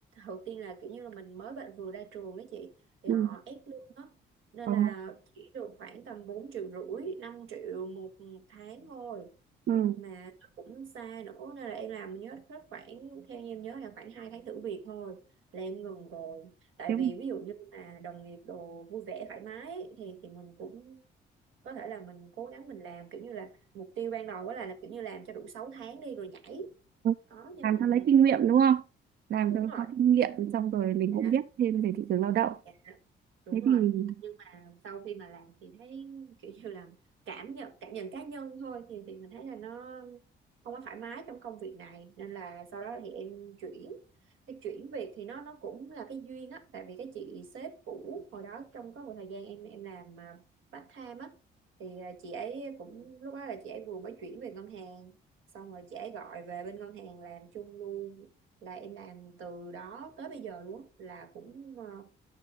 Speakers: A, on the right; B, on the right.
A: đầu tiên là kiểu như là mình mới bạn vừa ra trường ấy chị thì
B: ừ
A: họ ép lương á nên
B: ờ,
A: là chỉ được khoảng tầm bốn triệu rưỡi năm triệu một tháng thôi
B: ừ, ừ.
A: mà nó cũng xa nữa nên là em làm nhớ hết khoảng theo như em nhớ là khoảng hai tháng thử việc thôi là em ngừng rồi tại
B: Nếu
A: vì ví dụ như mà đồng nghiệp đồ vui vẻ thoải mái ấy, thì thì mình cũng có thể là mình cố gắng mình làm kiểu như là mục tiêu ban đầu đó là, là kiểu như làm cho đủ 6 tháng đi rồi nhảy
B: mà
A: đó nhưng
B: làm
A: mà
B: cho lấy kinh nghiệm đúng không làm
A: đúng
B: cho
A: rồi
B: có kinh nghiệm xong rồi mình
A: dạ
B: cũng biết thêm về thị trường lao động
A: dạ đúng
B: thế
A: rồi
B: thì ừ,
A: à, sau khi mà làm thì thấy kiểu như là cảm nhận cảm nhận cá nhân thôi thì thì mình thấy là nó không có thoải mái trong công việc này nên là sau đó thì em chuyển cái chuyển việc thì nó nó cũng là cái duyên á tại vì cái chị sếp cũ hồi đó trong có một thời gian em em làm à, part time á thì à, chị ấy cũng lúc đó là chị ấy vừa mới chuyển về ngân hàng xong rồi chị ấy gọi về bên ngân hàng làm chung luôn là em làm từ đó tới bây giờ luôn á, là cũng à,